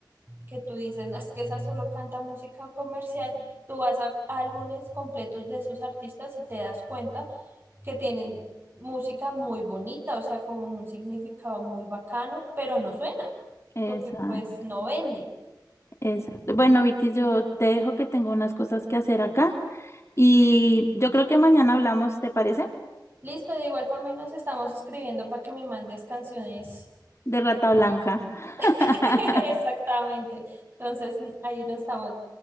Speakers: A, on the right (about 30°); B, on the left (about 40°).
A: que tú dices, no, es que esa solo canta música comercial, tú vas a álbumes completos de esos artistas y te das cuenta que tienen música muy bonita, o sea, como un significado muy bacano, pero no suena,
B: Exacto.
A: porque pues no vende.
B: Exacto. Bueno, Vicky, yo te dejo que tengo unas cosas que hacer acá y yo creo que mañana hablamos, ¿te parece?
A: Listo, de igual forma y nos estamos escribiendo para que me mandes canciones
B: De Rata
A: que tengas.
B: Blanca.
A: <laughs>
B: <laughs>
A: Exactamente. Entonces, ahí nos estamos